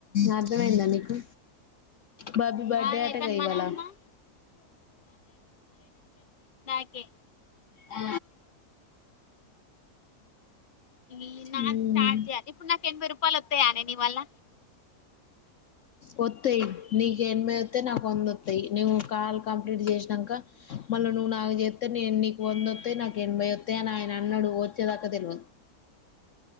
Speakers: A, on the left; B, on the left.
A: అర్థమైందా మీకు బబ్బి బర్డే
B: అదే
A: అట
B: కాని
A: గదా ఇవాళ్ల
B: మన అమ్మ ఓకే
A: ఆ
B: ఇ నాది
A: మ్మ్
B: స్టార్ట్ చేయాలి ఇప్పుడు నాకు ఎన్భై రూపాయలు వత్తాయనే నీవల్ల
A: వత్తాయి నీకు ఎన్బైవస్తాయి నాకు వంద వత్తాయి నువ్వు కాల్ కంప్లీట్ చేసినాంక మళ్ళ నువ్వు నాకు జేత్తే నీ నీకు వంద వత్తాయి నాకు ఎనభై వత్తాయి అని ఆయన అన్నడు ఓచ్చదాక తెల్వదు